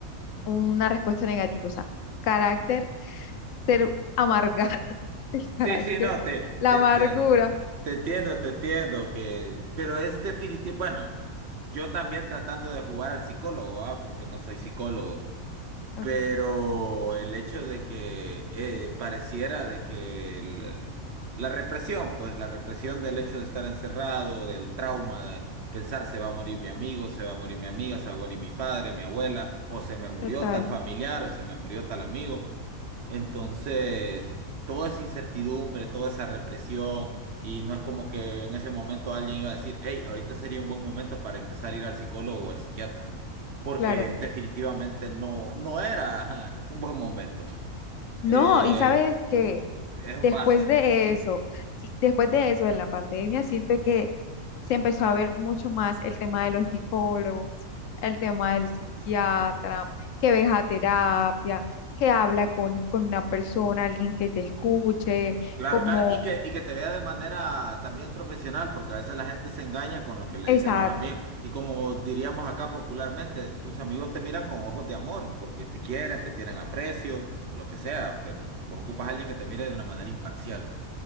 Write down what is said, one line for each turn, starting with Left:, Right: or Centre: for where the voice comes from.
Left: una respuesta negativa, o sea, carácter, ser amargada, <laughs> el carácter,
Right: Sí, sí, no, te,
Left: la
Right: te
Left: amargura.
Right: entiendo. Te entiendo, te entiendo que, pero es definitivo, bueno, yo también tratando de jugar al psicólogo, ah, porque no soy psicólogo.
Left: Ok,
Right: pero el hecho de que eh, pareciera de que el- el- la represión, pues la represión del hecho de estar encerrado, del trauma, de pensar se va a morir mi amigo, se va a morir mi amiga, se va a morir mi padre, mi abuela, o se me murió
Left: total,
Right: tal familiar, o se me murió tal amigo. Entonces, toda esa incertidumbre, toda esa represión, y no es como que en ese momento alguien iba a decir, hey, ahorita sería un buen momento para empezar a ir al psicólogo o al psiquiatra, porque
Left: claro.
Right: definitivamente no, no era ajá, un buen momento.
Left: No,
Right: Eh,
Left: y sabes que
Right: eso
Left: después
Right: pasa.
Left: de eso, sí, después de eso, de la pandemia, siento que se empezó a ver mucho más el tema de los psicólogos, el tema del psiquiatra, que ves a terapia, que habla con, con una persona, alguien que te escuche,
Right: Claro,
Left: como,
Right: claro, y que, y que te vea de manera también profesional, porque a veces la gente se engaña con lo que le
Left: exacto.
Right: dicen los amigos. Y como diríamos acá popularmente, tus amigos te miran con ojos de amor, porque te quieren, te tienen aprecio, lo que sea, pero vos ocupas a alguien que te mire de una manera imparcial.